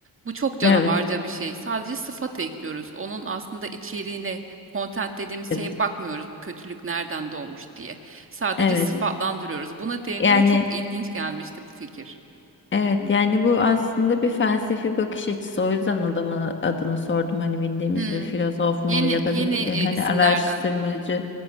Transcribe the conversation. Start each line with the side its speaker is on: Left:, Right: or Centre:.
Right: bu çok canavarca
Left: Evet.
Right: bir şey. Sadece sıfat ekliyoruz. Onun aslında içeriğine, content dediğimiz
Left: Evet.
Right: şeye bakmıyoruz. Bu kötülük nereden doğmuş diye. Sadece
Left: Evet.
Right: sıfatlandırıyoruz. Buna değine
Left: Yani
Right: ve çok ilginç gelmişti bu fikir.
Left: Evet yani bu aslında bir felsefi bakış açısı. O yüzden adamın adını sordum. Hani bildiğimiz
Right: Hmm.
Left: bir filozof mu
Right: Yeni
Left: ya da
Right: yeni
Left: bir
Right: e,
Left: e, hani
Right: isimlerden
Left: araştırmacı